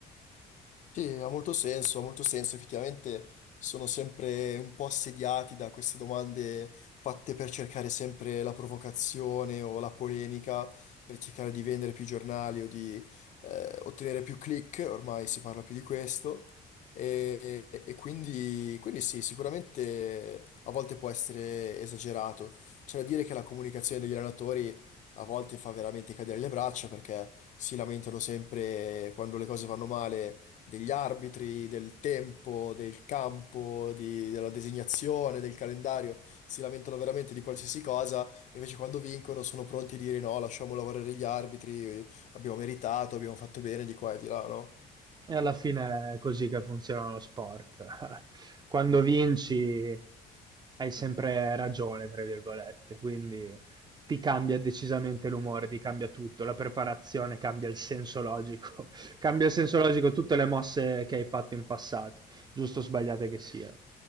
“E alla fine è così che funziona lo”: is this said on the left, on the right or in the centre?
Right